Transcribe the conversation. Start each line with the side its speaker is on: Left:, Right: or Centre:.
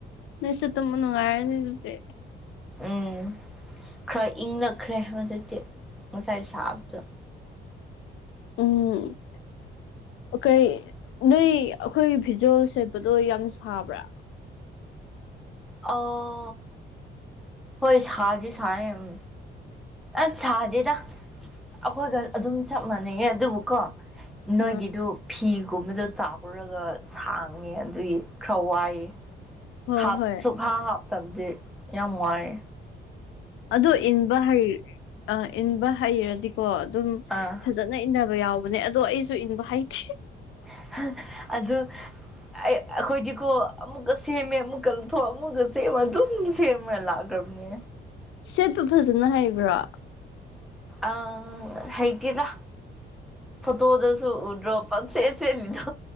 Left: ꯅꯣꯏꯁꯨ ꯇꯨꯝꯕ ꯅꯨꯡꯉꯥꯏꯔꯅꯤ ꯅꯨꯄꯤ
Centre: ꯎꯝ ꯈꯔ ꯏꯪꯂꯛꯈ꯭ꯔꯦ ꯍꯧꯖꯤꯛꯇꯤ ꯉꯁꯥꯏ ꯁꯥꯕꯗꯨ
Left: ꯎꯝ ꯑ ꯀꯩ ꯅꯣꯏ ꯑꯩꯈꯣꯏ ꯐꯤꯖꯣꯜ ꯁꯦꯠꯄꯗꯣ ꯌꯥꯝ ꯁꯥꯕ꯭ꯔꯥ
Centre: ꯑꯥ ꯍꯣꯏ ꯁꯥꯗꯤ ꯁꯥꯏꯌꯦꯝ ꯑꯠ ꯁꯥꯗꯦꯗ ꯑꯩꯈꯣꯏꯒ ꯑꯗꯨꯝ ꯆꯞ ꯃꯥꯟꯅꯩꯌꯦ ꯑꯗꯨꯕꯨꯀꯣ ꯅꯣꯏꯒꯤꯗꯨ
Left: ꯑꯥ
Centre: ꯐꯤꯒꯨꯝꯕꯗꯣ ꯆꯥꯎꯔꯒ ꯁꯥꯡꯉꯦ ꯑꯗꯨꯏ ꯈꯔ ꯋꯥꯏꯌꯦ
Left: ꯍꯣꯏ
Centre: ꯍꯥꯞ
Left: ꯍꯣꯏ
Centre: ꯁꯨꯛꯍꯥꯞ ꯍꯥꯞꯇꯕꯗꯤ ꯌꯥꯝ ꯋꯥꯌꯦ
Left: ꯑꯗꯨ ꯏꯟꯕ ꯍꯩ ꯑ ꯏꯟꯕ ꯍꯩꯔꯗꯤꯀꯣ ꯑꯗꯨꯝ
Centre: ꯑꯥ
Left: ꯐꯖꯅ ꯏꯟꯅ ꯕ ꯌꯥꯎꯕꯅꯦ ꯑꯗꯣ ꯑꯩꯁꯨ ꯏꯟꯕ ꯍꯩꯊꯤ
Centre: <unintelligible> ꯑꯗꯨ ꯑꯩ ꯑꯈꯣꯏꯗꯤꯀꯣ ꯑꯃꯨꯛꯀ ꯁꯦꯝꯃꯦ ꯑꯃꯨꯛꯀ ꯂꯧꯊꯣꯛ ꯑꯃꯨꯛꯀ ꯁꯦꯝꯃ ꯇꯨꯝ ꯁꯦꯝꯔꯥ ꯂꯥꯛꯈ꯭ꯔꯕꯅꯦ
Left: ꯁꯦꯠꯄ ꯐꯖꯅ ꯍꯩꯕ꯭ꯔꯣ
Centre: ꯑꯥ ꯍꯩꯇꯦꯗ ꯐꯣꯇꯣꯗꯁꯨ ꯎꯗ꯭ꯔꯣ ꯄꯪꯁꯦꯠ ꯁꯦꯠꯂꯤꯗꯣ